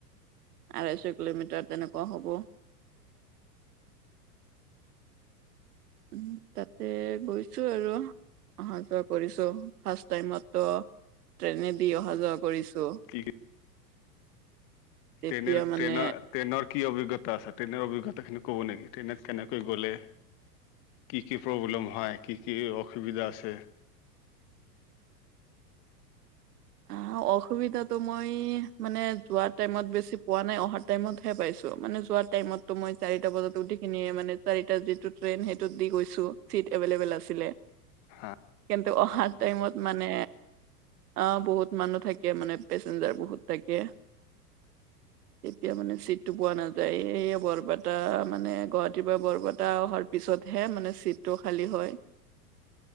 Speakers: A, on the right (about 70°); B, on the left (about 45°).
A: আঢ়াইশ কিলোমিটাৰ তেনেকুৱা হ'ব। উম', তাতে গৈছো আৰু। অহা যোৱা কৰিছো, ফাষ্ট টাইমত ত ট্ৰেইনে দি অহা যোৱা কৰিছো।
B: কি
A: তেতিয়া
B: ট্ৰেনেল-ট্ৰেনাৰ-ট্ৰেনৰ
A: মানে
B: কি অভিজ্ঞ টা আছে। ট্ৰেইনৰ অভিজ্ঞতা খিনি কব নেকি? ট্ৰেইনত কেনেকৈ গ'লে কি কি প্ৰব্লেম হয়? কি কি অসুবিধা আছে?
A: অ', অসুবিধাটো মই মানে যোৱা টাইমত বেছি পোৱা নাই। অহা টাইমতহে পাইছো, মানে যোৱা টাইমতো মই চাৰিটা বজাত উঠি কিনিয়ে মানে চাৰিটা যিটোত ট্ৰেইন সেইটোত দি গৈছো, চিট এভেইলেবেল আছিলে।
B: হা
A: কিন্তু অহা টাইমত মানে অ, বহুত মানুহ থাকে মানে, পেচেঞ্জাৰ বহুত থাকে। এতিয়া মানে চিটটো পোৱা নাযায় সে বৰপেটা মানে গুৱাহাটীৰ পৰা বৰপেটা অহাৰ পিছতহে মানে ছিটটো খালী হয়।